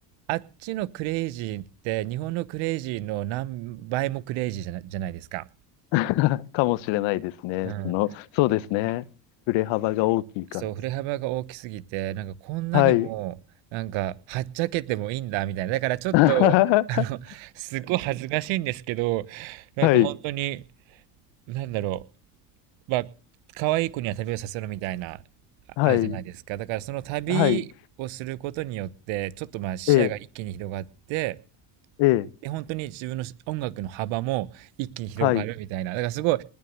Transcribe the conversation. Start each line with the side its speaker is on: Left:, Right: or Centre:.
Right: あっちのクレイジーって日本のクレイジーの何倍もクレイジーじゃな、じゃないですか。
Left: <laughs> かもしれないですね。
Right: うん。
Left: その、そうですね。振れ幅が大きいから。
Right: そう、振れ幅が大きすぎて、なんかこんなにも、
Left: はい。
Right: なんかはっちゃけてもいいんだみたいな。だからちょっと、
Left: <laughs>
Right: あの、
Left: は
Right: すごい恥ずかしいんですけど、なんか本当に、
Left: い、
Right: なんだろまあ、可愛い子には旅をさせろみたいな、ああるじゃないですか。
Left: はい、
Right: だからその旅をすることによって、
Left: はい、
Right: ちょっとまあ視野が一気に広がって、
Left: ええ、ええ、
Right: で、本当に自分の音楽の幅も一気に広がるみたいな。
Left: はい、
Right: だからすごい、